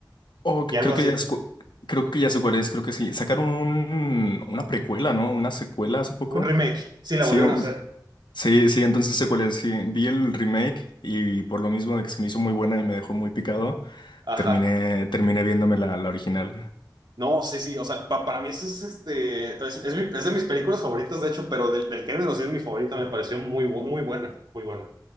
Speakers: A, on the left; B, on the right.
A: Oh, c-
B: Y algo
A: creo
B: así.
A: que ya es cu- creo que ya sé cuál es, creo que sí. Sacaron un- una precuela, ¿no? Una secuela hace poco.
B: Un remake. Sí, la
A: Sí,
B: volvieron
A: un-
B: a hacer.
A: sí, sí, entonces sé cuál es. Sí, vi el remake y por lo mismo de que se me hizo muy buena y me dejó muy picado,
B: Ajá.
A: terminé, terminé viéndome la, la original.
B: No, sí, sí, o sea, pa- para mí eso es, este, es, es mi- es de mis películas favoritas, de hecho, pero del, del género sí es mi favorita, me pareció muy, bu- muy buena, muy buena.